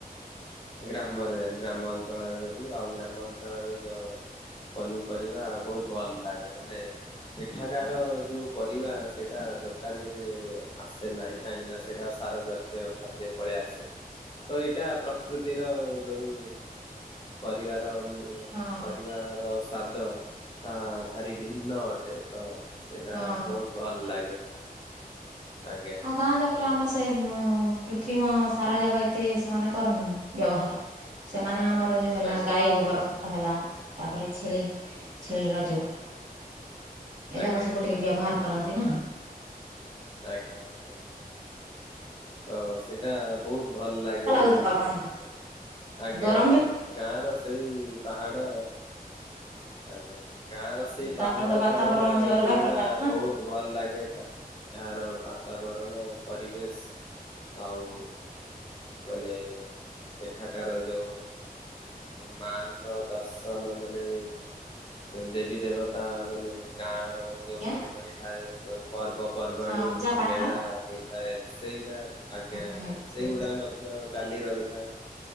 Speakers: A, on the left; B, on the right.
A: ଗ୍ରାମରେ ଗ୍ରାମ ଅଞ୍ଚଳରେ ରହୁ ଆଉ ଗ୍ରାମ ଅଞ୍ଚଳରେ ଯ ପନିପରିବା ବହୁତ ଭଲ ଲାଗେ ମାନେ ଏଠାକାର ଯୋଉ ପରିବା ସେଇଟା ଦୋକାନୀରେ ଆସେ ନାହିଁ କାହିଁକି ନା ସେଇଟା ସାର ଜାତୀୟ ଖାଦ୍ୟ ପଳେଇ ଆସେ ତ ଏଇଟା ପ୍ରକୃତିର ଯୋଉ ପରିବାର ମ
B: ହଁ
A: ପରିବାର ସ୍ଵାଦ ତା ଭାରି ଭିନ୍ନ ଅଟେ ତ ସେଇଟା
B: ହଁ।
A: ବହୁତ ଭଲ ଲାଗେ ଆଜ୍ଞା
B: ଆଉ ଗାଁ ଯାକ ଆମେ ସେ କୃତ୍ରିମ ସାର ଯାକ ଏତେ ସେମାନେ କରନ୍ତିନି ବ୍ୟବହାର ସେମାନେ ଆମର ଯେଉଁ ହେଲା
A: ଆଜ୍ଞା
B: ଗାଈ ଗୋବର ଖତ ହେଲା ତାପରେ ଛେଳି ଛେଳିର ଯେଉଁ ଏ
A: ଆଜ୍ଞା
B: ଯାକ ସବୁ
A: ଆଜ୍ଞା
B: ଟିକେ ବ୍ୟବହାର କରନ୍ତି ନା
A: ଆଜ୍ଞା ଆଜ୍ଞା ତ ସେଇଟା ବହୁତ ଭଲ ଲାଗେ
B: ତ ଆପଣଙ୍କୁ
A: ଆଜ୍ଞା
B: ଗରମ
A: ଆଜ୍ଞା
B: ବି
A: ଗାଁର ସେଇ ପାହାଡ଼ ଆଜ୍ଞା ଗାଁ ର ସେଇ
B: ତାର
A: ପାହାଡ଼
B: ଗୋଟେ ବାତାବରଣ
A: ଝରଣା
B: ଯେ ଅଲଗା
A: ଏଇଗୁଡା
B: ପ୍ରକାର ନା
A: ବହୁତ ଭଲ ଲାଗେ ଗାଁ ର ବାତାବରଣ ପରିବେଶ ଆଉ ମାନେ ଏଠାକାର ଯେଉଁ ମାଙ୍କ ଦର୍ଶନ ମାନେ ଦେବୀ ଦେବତା ମାନେ ଗାଁ
B: ଆଜ୍ଞା
A: ଯେଉଭଳି ରହିଥାଏ ପର୍ବପର୍ବାଣିୀ
B: ହଁ ପୂଜା ପାଠ
A: ମେଳା ହୋଇଥାଏ ଥାଏ ସେଇଟା ଆଜ୍ଞା ଆଜ୍ଞା
B: ହଁ
A: ସେଇଗୁଡା ମଧ୍ୟ ଚାଲି ରହିଥାଏ